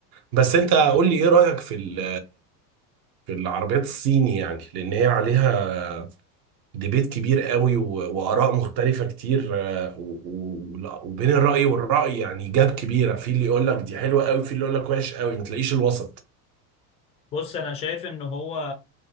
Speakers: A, on the right; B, on the left.
A: بس أنت قول لي إيه رأيك في ال- في العربيات الصيني يعني لأن هي عليها ديبيت كبير قوي و- وآراء مختلفة كتير آه، و- و- ولا- وبين الرأي والرأي يعني جاب كبيرة في اللي يقول لك دي حلوة قوي في اللي يقول لك وحش قوي ما تلاقيش الوسط
B: بص انا شايف ان هو